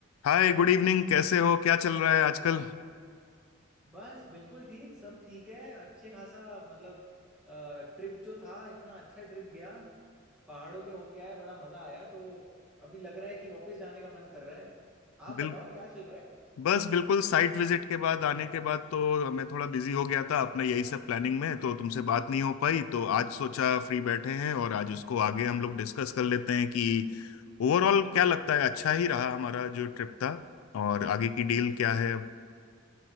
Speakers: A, on the left (about 85°); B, in the centre.
A: हाय good evening कैसे हो क्या चल रहा है आजकल
B: बस बिल्कुल ठीक सब ठीक है अच्छे खासा मतलब ट्रिप जो था इतना अच्छा ट्रिप गया पहाड़ों पे होके आए बड़ा मजा आया तो अभी लग रहा है कि वापस जाने का मन कर रहा है आप बताओ
A: बिल
B: क्या चल रहा है
A: बस बिल्कुल साइट विजिट के बाद आने के बाद तो मैं थोड़ा बिजी हो गया था अपना यही सब प्लानिंग में तो तुमसे बात नहीं हो पाई तो आज सोचा फ्री बैठे हैं और आज उसको आगे हम लोग डिस्कस कर लेते हैं कि ओवरऑल क्या लगता है अच्छा ही रहा हमारा जो ट्रिप था और आगे की डील क्या है हम्म